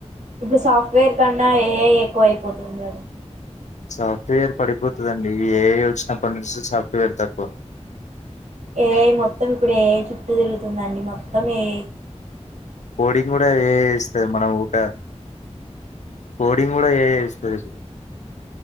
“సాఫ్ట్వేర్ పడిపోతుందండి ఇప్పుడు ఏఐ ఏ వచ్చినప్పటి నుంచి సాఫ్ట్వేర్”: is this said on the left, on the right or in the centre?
Left